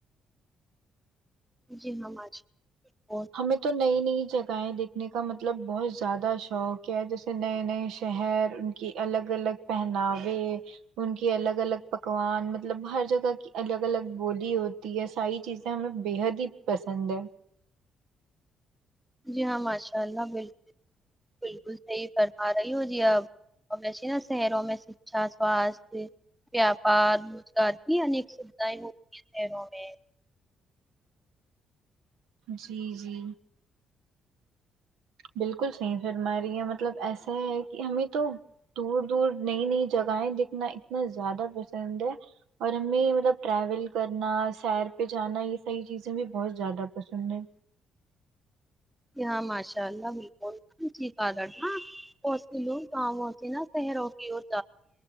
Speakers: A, in the centre; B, on the right (about 80°).
A: جی ہم آج بھوت
B: ہمیں تو نئی نئی جگہیں دیکھنے کا مطلب بہت زیادہ شوق ہے جیسے نئے نئے شہر کہ الگ الگ پہناوے ان کی الگ الگ پکوان مطلب ہر جگہ کی الگ الگ بولی ہوتی تی ہے ساری چیزیں ہمیں بےحد ہی پسند ہے
A: جی ہاں ماشاء اللہ بالکل بالکل صحیح فرما رہی ہو جی آپ اور ویسیے نا شہروں میں شکچھا سواستھ ویاپار روزگار کی ہر اک سوھایں ہوتی ہے شہروں میں
B: جی جی بالکل صحیح پھر ہمارے یہ مطلب ایسا ہے کہ ہمیں تو دور دور نئی نئی جگہیں دیکھنا اتنا زیادہ پسند ہے اور ہمیں مطلب ٹریول کرنا سیر پہ جانا یہ سحیح چیزیں بھی بہت زیادہ پسند ہیں
A: ج ہاں ماشاء اللہ بالکل <unintelligible> بھوت سے لوگ گاؤں سے نا <unintelligible> توس